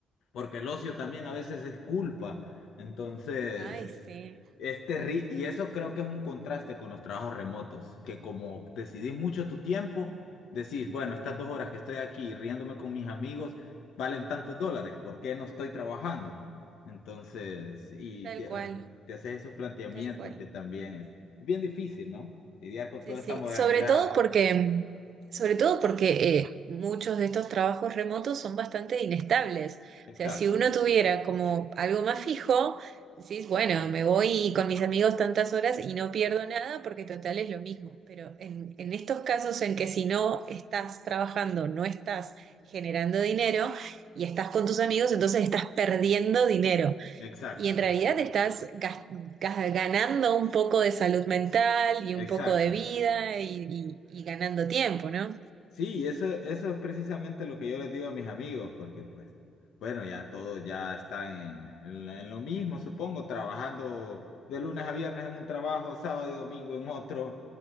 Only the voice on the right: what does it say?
Ujú.
Ay, sí,
Sí.
tal
cual,
tal cual.
Sí,
sí,
sobre todo porque, sobre todo porque eh, muchos de estos trabajos remotos son bastante inestables.
O sea, si uno tuviera como algo más fijo, decís, bueno, me voy con mis amigos tantas horas y no pierdo nada porque total es lo mismo. Pero en, en estos casos en que si no estás trabajando, no estás generando dinero y estás con tus amigos, entonces estás perdiendo dinero.
Y en realidad estás gas- gas- ganando un poco de salud mental y
un poco de vida y, y- y ganando tiempo, ¿no?